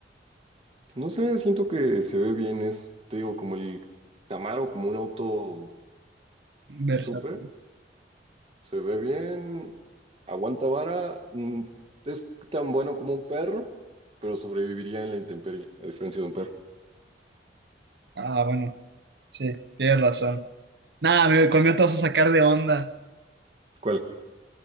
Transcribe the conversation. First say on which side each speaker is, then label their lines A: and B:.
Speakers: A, on the right (about 35°); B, on the right (about 65°).
A: No sé, siento que se ve bien, es, te digo, como el Camaro, como un auto
B: Versátil.
A: súper, se ve bien, aguanta vara, mm, es tan bueno como un perro, pero sobreviviría en la intemperie, a diferencia de un perro.
B: Ah, bueno, sí, tienes razón. Nada, me- conmigo te vas a sacar de onda.
A: ¿Cuál?